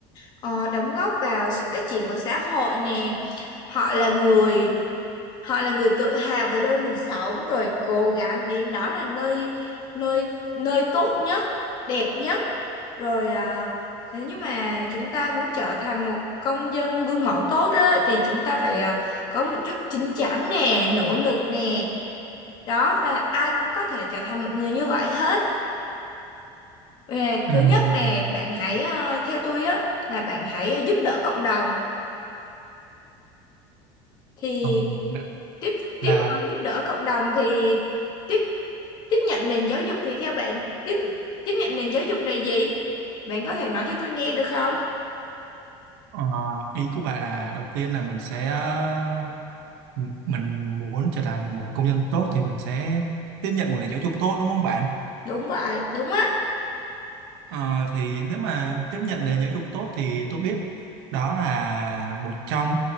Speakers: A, on the left; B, on the right.
A: ờ, đóng góp vào sự phát triển của xã hội nè. Họ là người, họ là người tự hào về nơi mình sống rồi cố gắng biến đó là nơi nơi nơi tốt nhất, đẹp nhất. Rồi à, nếu như mà chúng ta muốn trở thành một công dân gương mẫu tốt á, thì chúng ta phải à, có một chút chín chắn nè, nỗ lực nè. đó và ai cũng có thể trở thành một người như vậy hết và thứ
B: Ừm,
A: nhất là bạn hãy ờ, theo tôi á là bạn hãy ờ, giúp đỡ cộng đồng thì
B: ờ, là,
A: tiếp tiếp
B: là
A: ờ, giúp đỡ cộng đồng thì tiếp tiếp nhận nền giáo dục thì theo bạn tiếp tiếp nhận nền giáo dục là gì bạn có thể nói cho tôi nghe được không
B: ờ, ý của bạn là đầu tiên là mình sẽ ờ, mình muốn trở thành một công dân tốt thì mình sẽ tiếp nhận một nền giáo dục tốt đúng không bạn
A: đúng vậy đúng á
B: Ờ, thì nếu mà tiếp nhận nền giáo dục tốt thì tôi biết đó là một trong